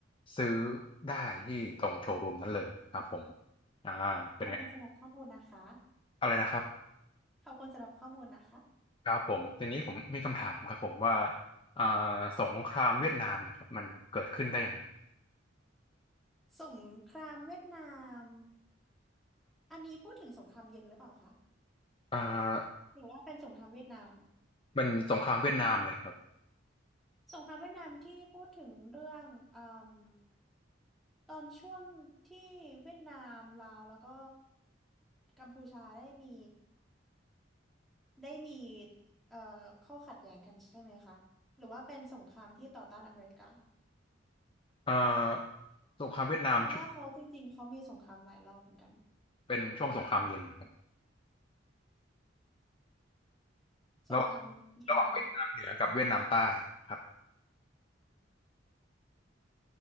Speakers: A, on the left; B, in the centre.
A: ซื้อได้ที่ตรงโชว์รูมนั้นเลยครับผมอ่าเป็นไง
B: ขอบคุณสำหรับข้อมูลนะคะ
A: อะไรนะครับ
B: ขอบคุณสำหรับข้อมูลนะคะ
A: ครับผมทีนี้ผมมีคำถามครับผมว่าอ่าสงครามเวียดนามเนี่ยครับมันเกิดขึ้นได้ยังไง
B: สงครามเวียดนามอันนี้พูดถึงสงครามเย็นหรือเปล่าคะ
A: อ่า
B: หรือว่าเป็นสงครามเวียดนาม
A: เป็นสงครามเวียดนามเลยครับ
B: สงครามเวียดนามที่พูดถึงเรื่องเอ่มตอนช่วงที่เวียดนามลาวแล้วก็กัมพูชาได้มี ได้มีเอ่อข้อขัดแย้งกันใช่ไหมคะหรือว่าเป็นสงครามที่ต่อต้านอเมริกา
A: เอ่อสงครามเวียดนามช่วง
B: เพราะว่าเขาจริงๆเขามีสงครามหลายรอบเหมือนกัน
A: เป็นช่วงสงครามเย็นนะครับ
B: สงครามเย็นเหรอคะ
A: ระหว่างระหว่างเวียดนามเหนือกับเวียดนามใต้ครับ